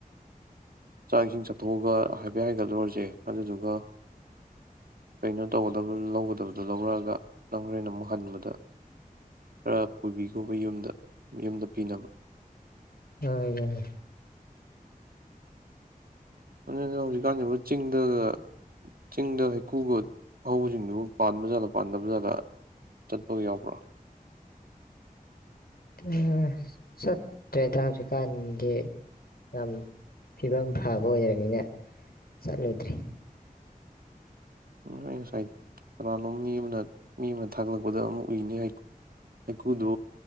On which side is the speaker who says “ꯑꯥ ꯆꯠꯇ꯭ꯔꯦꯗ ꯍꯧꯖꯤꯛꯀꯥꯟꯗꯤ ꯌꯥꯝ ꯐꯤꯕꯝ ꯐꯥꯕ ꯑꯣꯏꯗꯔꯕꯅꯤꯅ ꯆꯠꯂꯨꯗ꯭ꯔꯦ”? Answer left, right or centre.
Left